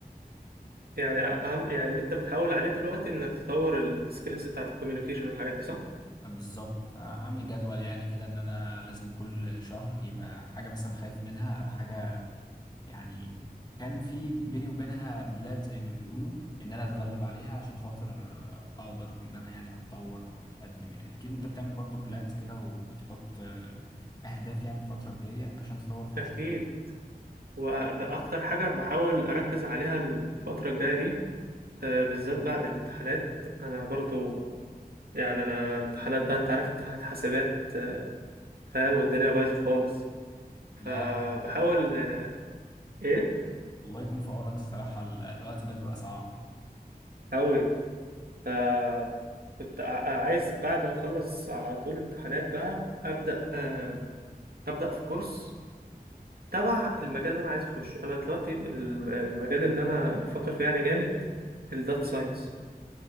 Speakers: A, on the right (about 70°); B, on the left (about 25°).
A: يعني اهم يعني اللي انت بتحاول عليه دلوقتي انك تطور السكيلز بتاعت الكوميونيكيشن والحاجات دي صح
B: بالظبط عامل جدول يعني كده ان انا لازم كل شهر يبقى حاجه مثلا خايف منها او حاجه يعني كان في بيني وبينها بلاد زي ما بيقولوا ان انا اتغلب عليها عشان خاطر آه، اقدر ان انا يعني اتطور او اتقدم يعني اكيد انت بتعمل برضو بلانز كده وبتحط آه، اهداف يعني الفترة الجاية عشان تطور فيها
A: اكيد
B: شخصيتك
A: واكتر حاجة بحاول اركز عليها الفترة الجاية دي آه، بالذات بعد الامتحانات انا برضو يعني انا امتحانات بقى انت عارف امتحانات حاسبات آه، فاهم والدنيا بايظه خالص فبحاول
B: لا
A: آه، ايه
B: الله يكون في عونك الصراحة ال- الوقت ده بيبقى صعب
A: اوي ف كنت ع- عايز بعد ما اخلص على طول امتحانات بقى ابدا آه، ابدا في كورس تبع المجال اللي انا عايز اخشه انا دلوقتي ب- ال- المجال اللي انا بفكر فيه يعني جامد الداتا ساينس